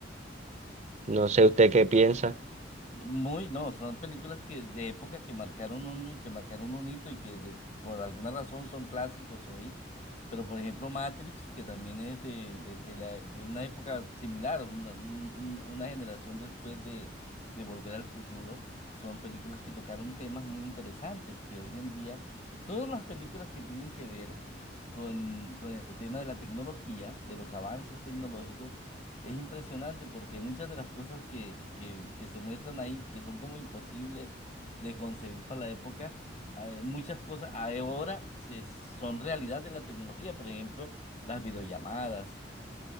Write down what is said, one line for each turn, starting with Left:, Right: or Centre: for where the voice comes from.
Right: No sé usted qué piensa.
Left: Muy, no, son películas que de época que marcaron un, que marcaron un hito y que de- por alguna razón son clásicos hoy. Pero por ejemplo Matrix, que también es de, de, de la, de una época similar, una, un- un- una generación después de, de Volver al Futuro, son películas que tocaron temas muy interesantes, que hoy en día, todas las películas que tienen que ver con, con el tema de la tecnología, de los avances tecnológicos, es impresionante porque muchas de las cosas que, que, que se muestran ahí, que son como imposibles de concebir para la época, eh, muchas cosas ahora se, son realidad de la tecnología, por ejemplo, las videollamadas,